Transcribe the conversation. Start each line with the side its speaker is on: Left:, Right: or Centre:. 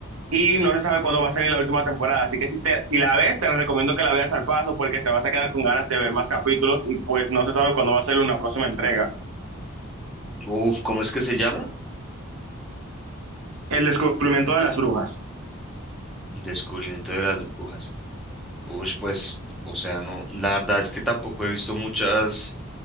Right: y no se sabe cuándo va a salir la última temporada. Así que si, te, si la ves, te recomiendo que la veas al paso porque te vas a quedar con ganas de ver más capítulos y pues no se sabe cuándo va a salir una próxima entrega.
Centre: Uf, ¿cómo es que se llama?
Right: El descubrimiento de las brujas.
Centre: Descubrimiento de las brujas. Uf, pues, o sea, no, la verdad es que tampoco he visto muchas